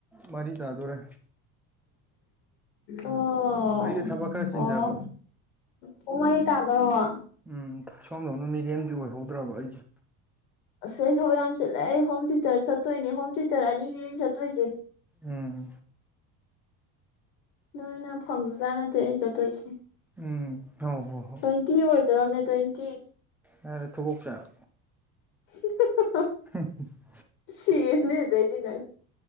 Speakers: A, in the centre; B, on the left (about 85°).
A: ꯃꯔꯤ ꯇꯥꯗꯣꯔꯦ꯫
B: ꯑꯣ
A: ꯑꯩꯒꯤ ꯊꯕꯛ ꯈꯔ ꯆꯤꯟꯖꯕ
B: ꯑꯣ꯫ ꯄꯨꯡ ꯃꯔꯤ ꯇꯥꯗꯣꯔꯕꯣ꯫
A: ꯎꯝ ꯁꯣꯝꯗꯧꯅ ꯃꯤꯔꯦꯝꯗꯤ ꯑꯣꯏꯍꯧꯗ꯭ꯔꯕ ꯑꯩꯁꯦ꯫
B: ꯑꯁ ꯑꯩ ꯊꯕꯛ ꯌꯥꯝ ꯆꯤꯜꯂꯦ ꯑꯩ ꯍꯣꯝ ꯇꯨꯏꯇꯔ ꯆꯠꯇꯣꯏꯅꯦ ꯍꯣꯝ ꯇꯨꯏꯇꯔ ꯑꯅꯤ ꯅꯦ ꯑꯩꯟ ꯆꯠꯇꯣꯏꯁꯦ꯫
A: ꯎꯝ
B: ꯅꯣꯏꯅ ꯐꯪꯕꯖꯥꯠ ꯅꯠꯇꯦ ꯑꯩꯅ ꯆꯠꯇꯣꯏꯁꯦ꯫
A: ꯎꯝ ꯍꯣ ꯍꯣ꯫
B: ꯇ꯭ꯋꯦꯟꯇꯤ ꯑꯣꯏꯗꯣꯔꯝꯅꯦ ꯇ꯭ꯋꯦꯟꯇꯤ꯫
A: ꯌꯥꯔꯦ ꯊꯨꯒꯣꯛꯆꯥꯛ꯫
B: <unintelligible>
A: <unintelligible>
B: ꯁꯤꯔꯥꯅꯤ ꯑꯗꯩꯗꯤ ꯅꯪ꯫